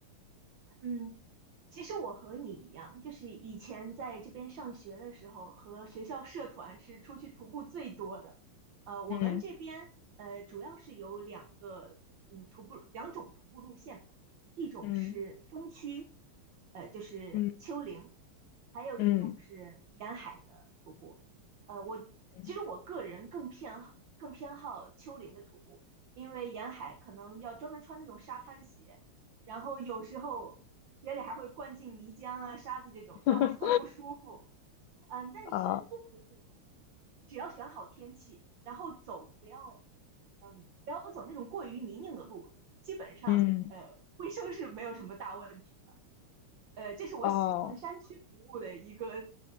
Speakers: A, on the right; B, on the left.
A: 嗯，其实我和你一样，就是以前在这边上学的时候，和学校社团是出去徒步最多的。呃，我们这边呃主要是有两个嗯徒步两种徒步路线吧，
B: 嗯
A: 一种是峰区，
B: 嗯
A: 呃就是丘陵，
B: 嗯
A: 还有一种是沿海的徒步。
B: 嗯
A: 呃，我其实我个人更偏好更偏好丘陵的徒步，
B: 嗯
A: 因为沿海可能要专门穿那种沙滩鞋。然后有时候鞋里还会灌进泥浆啊、沙子这种，
B: <laughs>
A: 让我很不舒服。
B: 嗯，
A: 嗯，但是山区徒步，
B: 啊
A: 只要选好天气，然后走不要，嗯，不要走那种过于泥泞的路，基本上呃卫生是没有什么大问题。
B: 嗯
A: 呃，这是我喜欢山区服务的一个
B: 哦，